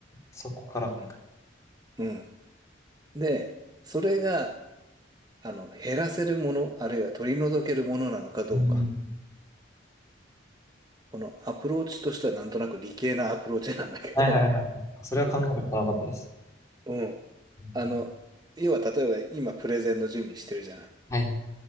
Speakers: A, on the left; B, on the right.
A: そこから。
B: うんうん。で、それが、あの、減らせるもの、あるいは取り除けるものなのかどうか。
A: うん
B: このアプローチとしてはなんとなく理系なアプローチなんだけど、
A: はいはいはいはい。それは考えたことなかったです。
B: <laughs> うん。
A: うん
B: あの、要は例えば今プレゼンの準備してるじゃない。
A: はい、